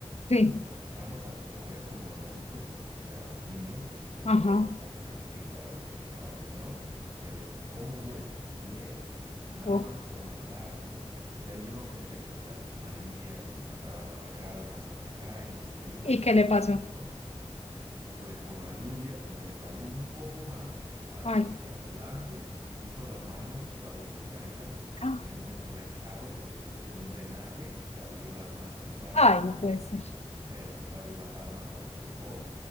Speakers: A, on the left; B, on the right.
A: Sí,
B: nos echamos a correr como loquitos porque pues éramos niños en- y
A: ajá.
B: queríamos competir para ver quién llegaba primero, que le pongo el pie, nada
A: Oh,
B: más por maldad, por... pero yo no pensé que se lastimaría, que le pasara nada grave, nada más se cae, nos reímos
A: ¿Y
B: y
A: qué
B: seguimos,
A: le pasó?
B: ¿no? pues por la lluvia se resbaló un poco más a-
A: Ay,
B: hacia adelante y puso las manos y paró su caída
A: ah,
B: en un enrejado de, de un drenaje y se abrió las manos. O sea, no
A: ay,
B: tanto,
A: no puede ser.
B: pero sí se abrió la palma cuando chocó